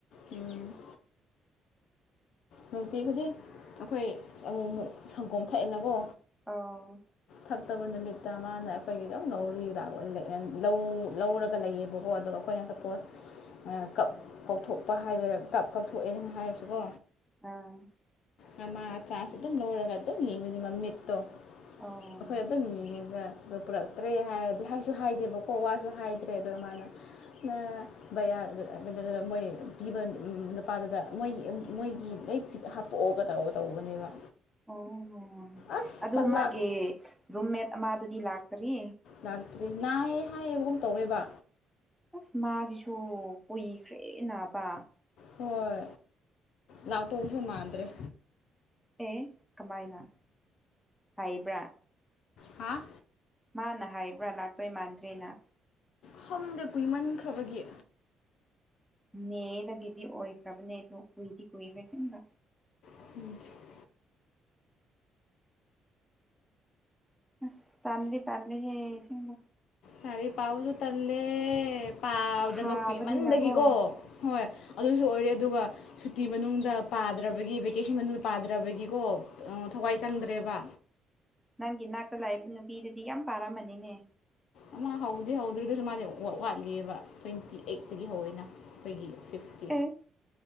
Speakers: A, on the left; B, in the centre.
A: ꯎꯝ ꯅꯨꯡꯇꯤ ꯈꯨꯗꯤꯡ ꯑꯩꯈꯣꯏ ꯑꯃꯨꯛ ꯃꯨꯛ ꯁꯪꯒꯣꯝ ꯊꯛꯑꯦꯅꯀꯣ
B: ꯑꯣ
A: ꯊꯛꯇꯕ ꯅꯨꯃꯤꯠꯇ ꯃꯥꯅ ꯑꯩꯈꯣꯏꯒꯤ ꯑꯗꯨꯝ ꯂꯧꯔꯤ ꯂꯥꯎꯔꯥ ꯂꯩꯌꯦ ꯂꯧ ꯂꯧꯔꯒ ꯂꯩꯌꯦꯕꯀꯣ ꯑꯗꯨꯒ ꯈꯣꯏꯅ ꯁꯄꯣꯁ ꯑꯥ ꯀꯞ ꯀꯧꯊꯣꯛꯄ ꯍꯥꯏꯗꯣꯏꯔꯥ ꯀꯞ ꯀꯧꯊꯣꯛꯑꯦꯅ ꯍꯥꯏꯔꯁꯨꯀꯣ
B: ꯑꯥ
A: ꯑꯥ ꯃꯥ ꯆꯥꯟꯁ ꯑꯗꯨꯝ ꯂꯧꯔꯒ ꯑꯗꯨꯝ ꯌꯦꯡꯕꯅꯤ ꯃꯃꯤꯠꯇꯣ
B: ꯑꯣ
A: ꯑꯩꯈꯣꯏ ꯑꯗꯨꯝ ꯌꯦꯡꯉꯒ ꯑꯗꯣ ꯄꯨꯔꯛꯇ꯭ꯔꯦ ꯍꯥꯏꯔꯗꯤ ꯍꯥꯏꯁꯨ ꯍꯥꯏꯗꯦꯕꯀꯣ ꯋꯥꯁꯨ ꯍꯥꯏꯗ꯭ꯔꯦ ꯑꯗꯨ ꯃꯥꯅ ꯅ ꯚꯩꯌꯥ ꯑꯗꯨ ꯗꯨ ꯗꯨ ꯗꯨ ꯃꯣꯏ ꯄꯤꯕ ꯅꯨꯄꯥꯗꯨꯗ ꯃꯣꯏ ꯃꯣꯏꯒꯤ ꯅꯣꯏ ꯐꯤꯠ ꯍꯥꯞꯄꯛꯑꯣꯒ ꯇꯧ ꯇꯧꯕꯅꯦꯕ
B: ꯑꯣ ꯑꯣ
A: ꯑꯁ
B: ꯑꯗꯨ
A: ꯁꯂꯥꯛ
B: ꯃꯥꯒꯤ ꯔꯨꯝꯃꯦꯠ ꯑꯃꯗꯨꯗꯤ ꯂꯥꯛꯇꯔꯤ
A: ꯂꯥꯛꯇ꯭ꯔꯤ ꯅꯥꯏꯑꯦ ꯍꯥꯏꯌꯦꯕꯒꯨꯝ ꯇꯧꯋꯦꯕ
B: ꯑꯁ ꯃꯥꯖꯤꯁꯨ ꯀꯨꯏꯈ꯭ꯔꯦ ꯅꯥꯕ
A: ꯍꯣꯏ ꯂꯥꯛꯇꯧꯕꯁꯨ ꯃꯥꯟꯗ꯭ꯔꯦ
B: ꯑꯦ ꯀꯃꯥꯏꯅ ꯍꯥꯏꯕ꯭ꯔꯥ
A: ꯍꯥꯥ
B: ꯃꯥꯅ ꯍꯥꯏꯕ꯭ꯔꯥ ꯂꯥꯛꯇꯣꯏ ꯃꯥꯟꯗ꯭ꯔꯦꯅ
A: ꯈꯝꯗꯦ ꯀꯨꯏꯃꯟꯈ꯭ꯔꯕꯒꯤ
B: ꯃꯦꯗꯒꯤꯗꯤ ꯑꯣꯏꯈ꯭ꯔꯕꯅꯦ ꯑꯗꯣ ꯀꯨꯏꯗꯤ ꯀꯨꯏꯈ꯭ꯔꯦ ꯑꯁꯤꯟꯕ
A: <unintelligible>
B: ꯑꯁ ꯇꯟꯗꯤ ꯇꯟꯂꯦꯍꯦ ꯑꯁꯦꯡꯕ
A: ꯂꯥꯏꯔꯤꯛ ꯄꯥꯕꯁꯨ ꯇꯜꯂꯦ ꯄꯥꯕꯗꯕ
B: ꯁꯥꯕꯅꯤꯅꯀꯣ
A: ꯀꯨꯏꯃꯟꯕꯒꯤꯀꯣ ꯍꯣꯏ ꯑꯗꯨꯁꯨ ꯑꯣꯏꯔꯦ ꯑꯗꯨꯒ ꯁꯨꯇꯤ ꯃꯅꯨꯡꯗ ꯄꯥꯗ꯭ꯔꯕꯒꯤ ꯚꯦꯀꯦꯁꯟ ꯃꯅꯨꯡꯗ ꯄꯥꯗ꯭ꯔꯕꯒꯤꯒꯣ ꯑꯥ ꯊꯋꯥꯏ ꯆꯪꯗ꯭ꯔꯦꯕ
B: ꯅꯪꯒꯤ ꯅꯥꯛꯇ ꯂꯩꯕ ꯅꯨꯄꯤꯗꯨꯗꯤ ꯌꯥꯝ ꯄꯥꯔꯝꯃꯅꯤꯅꯦ
A: ꯑꯃ ꯍꯧꯗꯦ ꯍꯧꯗ꯭ꯔꯥꯒ꯭ꯔꯥꯁꯨ ꯃꯥꯗꯤ ꯋꯥ ꯋꯥ ꯋꯥꯠꯂꯤꯑꯦꯕ ꯇ꯭ꯋꯦꯟꯇꯤ ꯑꯩꯠꯇꯒꯤ ꯍꯧꯋꯦꯅ ꯑꯩꯈꯣꯏꯒꯤ ꯐꯤꯐꯇ
B: ꯑꯦ